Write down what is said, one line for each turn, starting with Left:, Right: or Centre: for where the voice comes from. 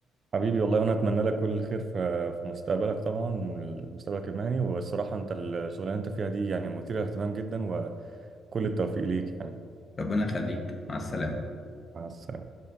Right: حبيبي والله وانا اتمنى لك كل الخير في في مستقبلك طبعا مستقبلك المهني والصراحة انت الشغلانة اللي انت فيها دي يعني مثيرة للاهتمام جدا وكل التوفيق ليك يعني
Left: ربنا يخليك مع السلامه
Right: مع السلامة